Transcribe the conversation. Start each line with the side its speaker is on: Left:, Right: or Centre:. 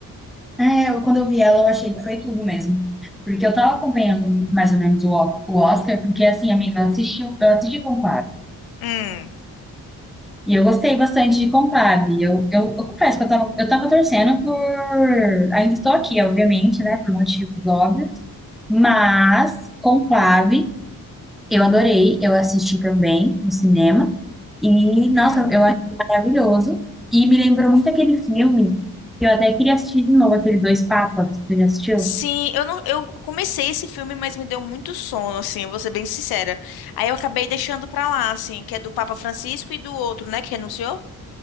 Centre: É, eu- quando eu vi ela, eu achei que foi tudo mesmo. Porque eu tava acompanhando mais ou menos o, o Oscar, porque assim, amiga, eu assisti, eu assisti com o
Left: Hum,
Centre: E eu gostei bastante de Conclave. Eu, eu, eu confesso que eu tava, eu tava torcendo por. Ainda estou aqui, obviamente, né? Por motivos óbvios. Mas Conclave, eu adorei. Eu assisti também no cinema. E, nossa,
Left: hum.
Centre: eu achei maravilhoso. E me lembrou muito aquele filme que eu até queria assistir de novo, aquele Dois Papas. Você já assistiu?
Left: Sim, eu não, eu comecei esse filme, mas me deu muito sono, assim, eu vou ser bem sincera. Aí eu acabei deixando pra lá, assim, que é do Papa Francisco e do outro, né, que renunciou.